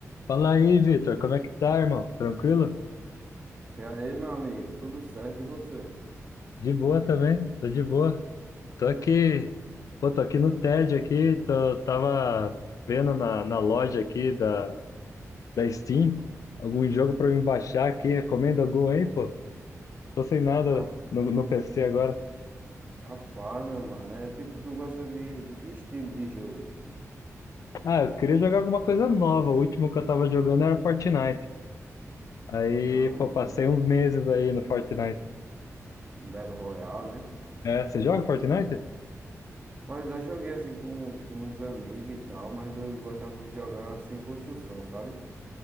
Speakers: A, on the left; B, on the right.
A: Fala aí, Vitor, como é que tá, irmão? Tranquilo?
B: E aí, meu amigo, tudo certo e você?
A: De boa também, tô de boa. Tô aqui, pô, tô aqui no TED aqui, tô, tava vendo na, na loja aqui da, da Steam algum jogo pra me baixar aqui, recomenda algum aí, pô? Tô sem nada
B: Ra-
A: no, no PC agora.
B: Rapaz, meu mano, é tipo, tu gosta de, de que estilo de jogo?
A: Ah, eu queria jogar alguma coisa nova, o último que eu tava jogando era Fortnite. Aí,
B: Ah, um,
A: pô, passei uns meses aí no Fortnite.
B: um Battle Royale, né?
A: É, você joga Fortnite?
B: Pois eu joguei assim com, com uns amigos e tal, mas eu gostava de jogar assim construção, sabe?